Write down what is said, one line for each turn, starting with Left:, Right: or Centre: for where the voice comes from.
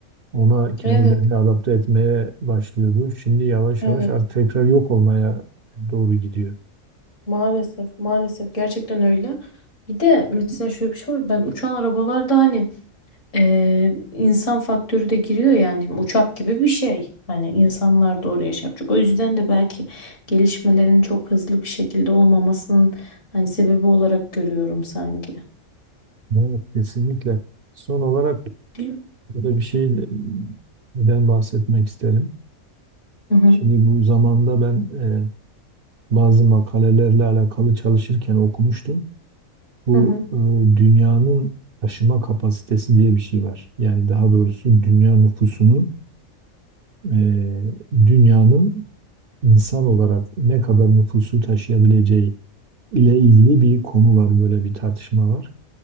Right: Ona kendilerini
Left: Evet,
Right: adapte etmeye başlıyordu. Şimdi yavaş
Left: evet.
Right: yavaş artık tekrar yok olmaya doğru gidiyor.
Left: Maalesef, maalesef gerçekten öyle. Bir de mesela şöyle bir şey var. Ben uçan arabalarda hani e, insan faktörü de giriyor yani. Şimdi uçak gibi bir şey. Hani insanlar da oraya şey yapacak. O yüzden de belki gelişmelerin çok hızlı bir şekilde olmamasının hani sebebi olarak görüyorum sanki.
Right: Evet, kesinlikle. Son olarak
Left: Değil mi?
Right: burada bir şeyden bahsetmek isterim.
Left: Hı hı.
Right: Şimdi bu zamanda ben e, bazı makalelerle alakalı çalışırken okumuştum. Bu
Left: Hı hı.
Right: e, dünyanın taşıma kapasitesi diye bir şey var. Yani daha doğrusu dünya nüfusunun e, dünyanın insan olarak ne kadar nüfusu taşıyabileceği ile ilgili bir konu var böyle bir tartışma var.